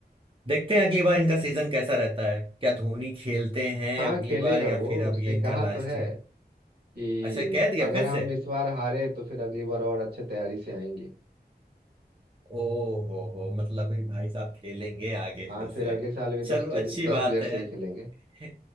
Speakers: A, on the right; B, on the right.
A: देखते हैं अगली बार इनका सीजन कैसा रहता है क्या धोनी खेलते हैं
B: हाँ
A: अगली
B: खेलेगा
A: बार या
B: वो
A: फिर अब
B: उसने
A: ये इनका
B: कहा
A: लास्ट
B: तो है
A: है
B: कि
A: अच्छा कह दिया
B: अगर
A: फिर
B: हम
A: से
B: इस बार हारे तो फिर अगली बार और अच्छे तैयारी से आएंगे
A: ओ हो हो मतलब ये भाई साहब खेलेंगे आगे
B: हाँ
A: फिर से
B: फिर अगले साल भी दस
A: चलो
B: टीम
A: अच्छी
B: दस
A: बात
B: प्लेयर
A: है
B: से ही खेलेंगे
A: <laughs>